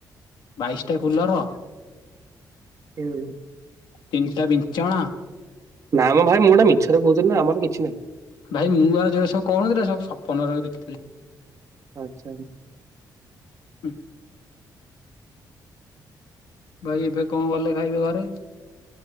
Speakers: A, on the left; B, on the right.
A: ବାଇଶିଟା କୁଲର।
B: କିୟୁ ହୁଁ।
A: ତିନିଟା ବିଚଣା।
B: ନା ମ ଭାଇ ମୁଁ ଗୋଟେ ମିଛରେ କହୁଥିନି ନା ଆମର କିଛି ନାହିଁ।
A: ଭାଇ ମୁଁ ଆଉ ଯୋଉଗୁଡା ସବୁ କହୁନଥିଲି ନାଁ। ସବୁ ସପନର ଦେଖିଥିଲି।
B: ପାଞ୍ଚାଳୀ।
A: ହୁଁ। ଭାଇ ଏବେ କ ଗଲେ ଖାଇବେ ଘରେ?